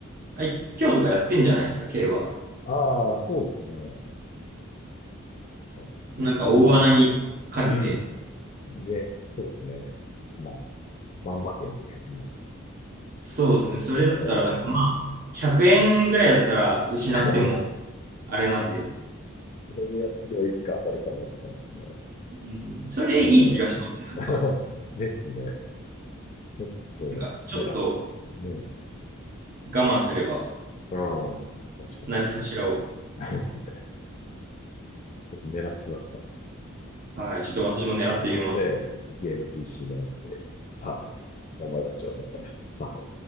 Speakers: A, on the right; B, on the left.
A: はい、今日とかやってんじゃないですか、競馬。
B: ああ、そうですね。そっか。
A: なんか大穴にかけて、
B: 競馬。うん。で、そうですね。100万。万馬券で1万
A: そうですね。それだったらなんかまあ、
B: ええ
A: 100円ぐらいだったら失っても
B: <laughs> 確かに <laughs>
A: あれなんで、
B: それでやっていけばいつか当たるかもって感じですね。
A: うん、それいい気がしますね。
B: うん。
A: なんか、
B: <laughs> ですね。ちょっと狙っ
A: なんかちょっと
B: て、ねえ。
A: 我慢すれば
B: うん。確かに。
A: 何かしらを、
B: <laughs> そうですね。ちょっと狙ってきますか。
A: はい、ちょっと私も狙ってみます。
B: うんええ、一応ゲーム PC 狙って、はい。頑張りましょう。<laughs> はい